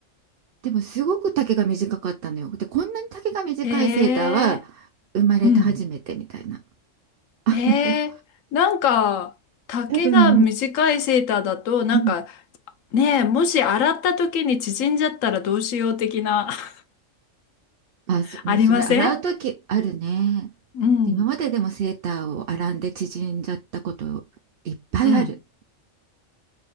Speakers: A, on the right; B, on the left.
A: でもすごく丈が短かったのよ。で、こんなに丈が短いセーターは
B: へえ、
A: 生まれて初めてみたいな。
B: うん。
A: <laughs> あの、
B: へえ、なんか、丈が短いセーターだと、
A: 多分、
B: なんか、
A: うん。
B: ねえ、もし洗った時に縮んじゃったらどうしよう的な、<laughs>
A: あ、そ、
B: ありません
A: もうそれ洗う時あるね。
B: うん。
A: 今まででもセーターを洗んで縮んじゃったこといっぱいある。
B: うん。